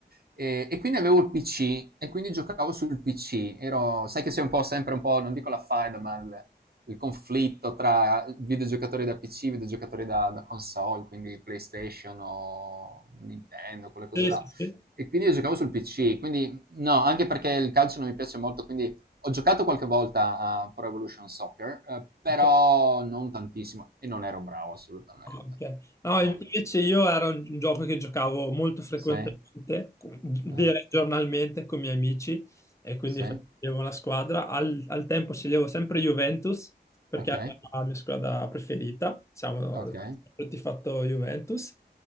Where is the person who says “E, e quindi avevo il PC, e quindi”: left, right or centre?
Right